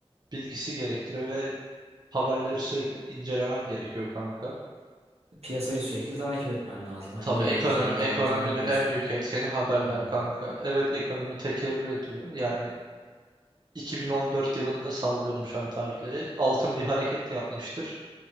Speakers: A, on the right; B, on the right.
A: bilgisi gerektiriyor ve haberleri sürekli incelemen gerekiyor kanka.
B: Piyasayı sürekli takip etmen lazım. Hani
A: Tabii
B: nereye
A: ekonomi
B: gideceğini,
A: ekonominin
B: ne olacağını biliyorsun.
A: en büyük etkeni haberler
B: Hı hı.
A: kanka. Evet ekonomi tekerrür ediyor. Yani 2014 yılında sallıyorum şu an tarihleri. Altın bir hareket yapmıştır.